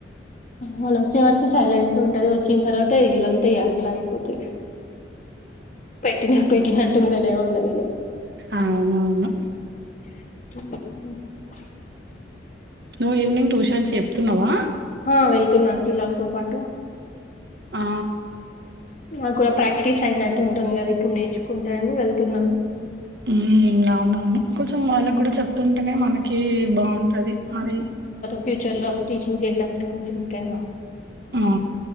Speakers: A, on the left; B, on the right.
A: వాళ్ళు వచ్చే వరకి సైలెంట్ ఉంటది వచ్చిన తర్వాత ఇల్లుంతేయ ఇలా అయిపోతాయి పెటి పెటినటు ఉంటనే ఉండదిగా
B: అవునవును
A: అ
B: నువ్వు ఈవినింగ్ ట్యూషన్స్ చెప్తున్నావా
A: ఆ వెళ్తుందను పిల్లలతో పాటు
B: ఆ
A: నాకు కూడా ప్రాక్టీస్ అయినట్టు ఉంటుంది కదా ఇప్పుడు నేర్చుకుంటే అని వెళ్తున్నాను
B: ఉ అవునవును కొంచెం వాళ్ళకు కూడా చెప్తుంట వెంటనే మనకి బాగుంటది మరి
A: ఫ్యూచర్ లో టీచింగ్ చేయడానిక దీనికైనా
B: ఆ